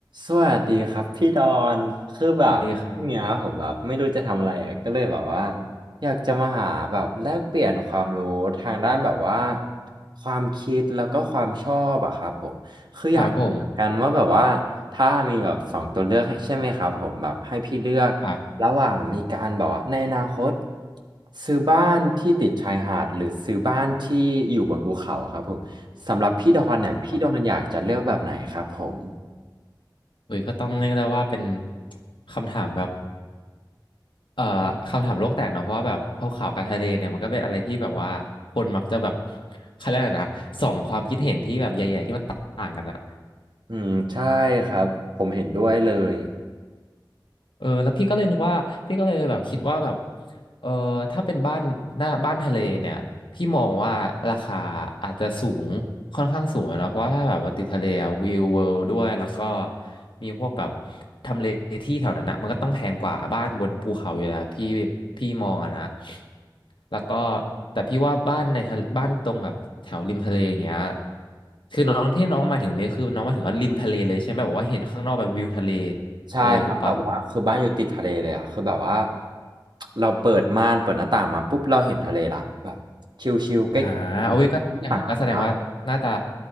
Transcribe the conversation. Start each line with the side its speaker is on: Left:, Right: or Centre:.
Right: สวัสดีครับพี่ดอนคือแบบพรุ่งเนี้ยผมแบบไม่รู้จะทำอะไรอ่ะก็เลยแบบว่า
Left: สวัสดีครับ
Right: อยากจะมาหาแบบแลกเปลี่ยนความรู้ทางด้านแบบว่าความคิดแล้วก็ความชอบอะครับผมคืออยากรู้เหมือนกันว่าแบบว่าถ้ามีแบบสองตัวเลือกให้ใช่ไหมครับผมแบบให้พี่เลือก
Left: ครับผมครับ
Right: ระหว่างมีการแบบว่าในอนาคตซื้อบ้านที่ติดชายหาดหรือซื้อบ้านที่อยู่บนภูเขาครับผมสำหรับพี่ดอนเนี่ยพี่ดอนอยากจะเลือกแบบไหนครับผม
Left: โอ้โหเฮ้ยก็ต้องเรียกได้ว่าเป็นคำถามแบบเอ่อคำถามโลกแตกเนอะเพราะว่าแบบภูเขากับทะเลเนี่ยมันก็เป็นอะไรที่แบบว่าคนมักจะแบบเขาเรียกอะไรนะสองความคิดเห็นที่แบบใหญ่ๆที่มันต่างกันอะ
Right: อืมใช่ครับผมเห็นด้วยเลย
Left: เออแล้วพี่ก็เลยนึกว่าพี่ก็เลยแบบคิดว่าแบบเออถ้าเป็นบ้านหน้าบ้านทะเลเนี่ยพี่มองว่าราคาอาจจะสูงค่อนข้างสูงอะเนาะเพราะว่าถ้าแบบว่าติดทะเลอะวิวเวิลด์ด้วยแล้วก็มีพวกแบบทำเลที่แถวนั้นอะมันก็ต้องแพงกว่าบ้านบนภูเขาอยู่แล้วพี่พี่มองอะนะแล้วก็แต่พี่ว่าบ้านในทะเลบ้านตรงแบบแถวริมทะเลอย่างเงี้ยคือน้องที่น้องมาถึงนี่ยคือน้องมาถึงว่าริมทะเลเลยใช่ไหมแบบว่าเห็นข้างนอกแบบวิวทะเล
Right: ใช่ครับแบบว่าคือบ้านอยู่ติดทะเลเลยอ่ะคือแบบว่า
Left: เลยถูกปะ
Right: เราเปิดม่านเปิดหน้าต่างมาปุ๊บเราเห็นทะเลละแบบชิลๆใกล้
Left: อ่าโอ้ยก็อย่างนั้นก็แสดงว่าน่าจะ
Right: ๆตากอากาศ